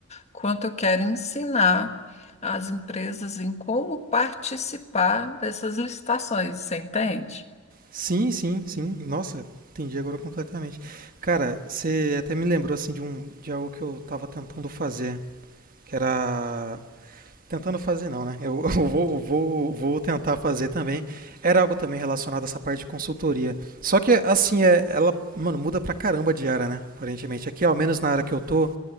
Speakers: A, on the left; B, on the right.
A: quanto eu quero ensinar as empresas em como participar dessas licitações, você entende?
B: Sim, sim, sim. Nossa, entendi agora completamente. Cara, você até me lembrou assim de um de algo que eu tava tentando fazer, que era tentando fazer não, né? Eu, <laughs> eu vou eu vou vou tentar fazer também. Era algo também relacionado a essa parte de consultoria. Só que assim, é, ela, mano, muda pra caramba de área, né? Aparentemente aqui, ao menos na área que eu tô,